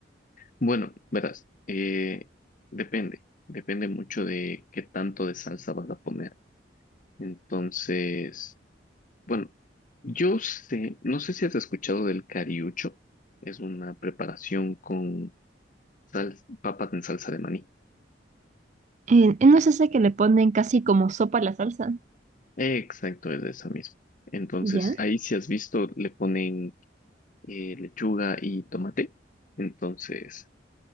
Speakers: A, on the left; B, on the right.
A: Bueno, verás, eh, depende, depende mucho de qué tanto de salsa vas a poner. Entonces, bueno, yo sé, no sé si has escuchado del cariucho, es una preparación con sal- papas en salsa de maní.
B: Eh, no es ese que le ponen casi como sopa a la salsa.
A: Exacto, es de esa misma. Entonces,
B: ¿Ya?
A: ahí si has visto, le ponen eh, lechuga y tomate. Entonces,